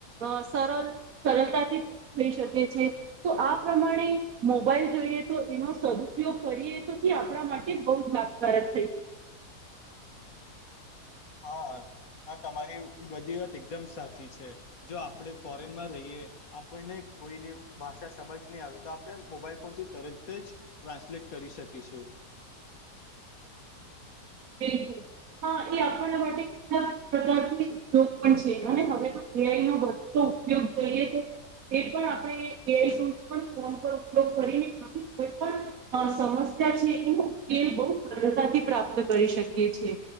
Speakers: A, on the right; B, on the left.
A: અ સરળ સરળતાથી પૂરી થઈ શકે છે. તો આ પ્રમાણે મોબાઈલ જોઈએ તો એનો સદુપયોગ કરીએ તો એ આપણા માટે બૌ ાકારક થઈ શકે
B: હા હા તમારી બધી વાત એકદમ સાચી છે. જો આપણેે ફોરેન માં રહીએ આપણને કોઈની ભાષા સમજ નહી આવે તો આપણે મોબાઈલ ફોન થી તરત જ ટ્રાન્સલેટ કરી શકીશું.
A: બિલકુલ હા એ આપણા માટે કે પ્રકારની છે. અને હવેઈ ન બો ઉપયોગ થઈએ છે. એ પણ આપણે યરફોન્ પણ ફોન પર ઉપયોગ કરીને સમસ્યા છે એલ બહ સરળતાથી પ્રાપ્ત શકી